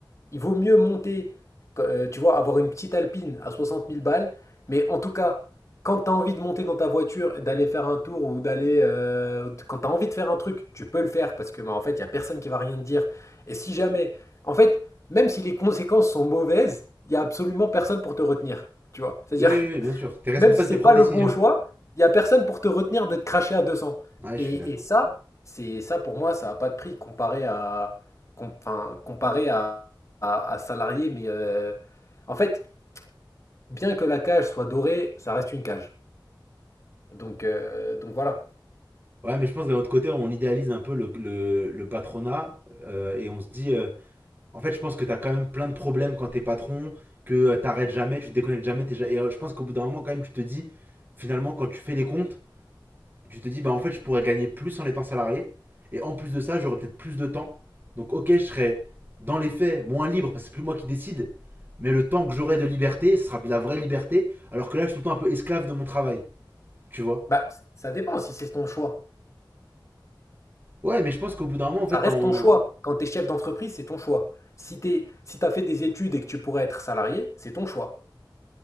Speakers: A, on the left (about 40°); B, on the right (about 25°).
A: il vaut mieux monter, euh, tu vois, avoir une petite Alpine à soixante mille balles, mais en tout cas, quand tu as envie de monter dans ta voiture, et d'aller faire un tour ou d'aller, euh, quand tu as envie de faire un truc, tu peux le faire parce que, bah, en fait, il y a personne qui va rien te dire. Et si jamais, en fait, même si les conséquences sont mauvaises, il y a absolument personne pour te retenir, tu vois. C'est-à-dire
B: Oui, oui, oui, bien sûr. T'es responsable
A: même si c'est
B: de tes
A: pas
B: propres
A: le
B: décisions.
A: bon choix, il y a personne pour te retenir de te cracher à 200.
B: Ouais,
A: Et,
B: je suis d'accord.
A: et ça, c'est ça pour moi, ça a pas de prix comparé à com- enfin, comparé à, à, à salarié. Mais euh, en fait, bien que la cage soit dorée, ça reste une cage. Donc euh, donc voilà.
B: Ouais, mais je pense que d'un autre côté, on idéalise un peu le, le- le patronat euh, et on se dit. euh, en fait, je pense que t'as quand même plein de problèmes quand t'es patron, que euh, t'arrêtes jamais, tu te déconnectes jamais. t'es ja- et euh, je pense qu'au bout d'un moment, quand même, tu te dis, finalement, quand tu fais les comptes, tu te dis, bah en fait, je pourrais gagner plus en étant salarié. Et en plus de ça, j'aurais peut-être plus de temps. Donc, ok, je serais dans les faits moins libre parce que c'est plus moi qui décide. Mais le temps que j'aurai de liberté, ce sera de la vraie liberté. Alors que là, je suis tout le temps un peu esclave de mon travail. Tu vois?
A: Bah ça dépend si c'est ton choix.
B: Ouais, mais je pense qu'au bout d'un moment, en fait,
A: Ça reste
B: en-
A: ton choix. Quand t'es chef d'entreprise, c'est ton choix. Si t'es si t'as fait des études et que tu pourrais être salarié, c'est ton choix.